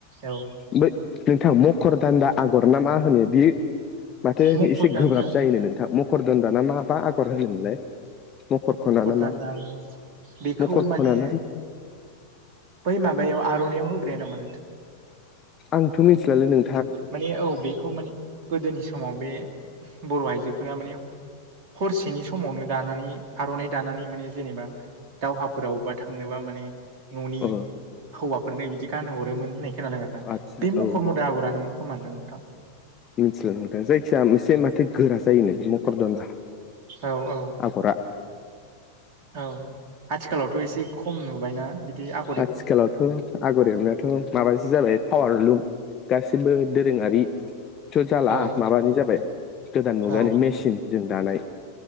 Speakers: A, on the right; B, on the left.
A: औ
B: ओम नोंथां मखर दान्दा आगर ना मा होनो बेयो माथो
A: मखर
B: एसे
A: दान्दा
B: गोब्राब जायो नोंथाङा मखर दोनदााना मााबा आगर होनोमोनलाय? मखर खना ना
A: दाननो
B: मा
A: हागौ बेखौ
B: मखर
A: माने
B: खना ना
A: बै माबायाव आर'इआव होग्राया नामा नोंथां?
B: आंथ' मिथिलालै नों
A: माने औ बेखौ माने गोदोनि समाव बे बर' आइजोफोरा माने हरसेनि समावनो दानानै आर'नाइ दानानै माने जेनेबा दावहाफोराव अबावबा थांनोबा माने न'नि
B: अ
A: हौवाफोरनो बिदि गानहरोमोन होननाय खोनादों आरोना
B: आदसा
A: बे मखर
B: औ
A: मदा आगरानो मोनदों नोंथां
B: मिथिला नोंथां जायखिजाया मोनसे माथो गोरा जायोनो बे मखरदना
A: औ औ
B: आगरा
A: औ आथिखालावथ' एसे खम नुबायना बिदि आ
B: आथिखालावथ' आगर एरनायाथ' माबाज जाबाय पावार लुक गासिबो दोरोङारि थ' जाला
A: औ
B: माबानो जाबाय गोदान मुगानि
A: औ
B: मेसिन जों दानाय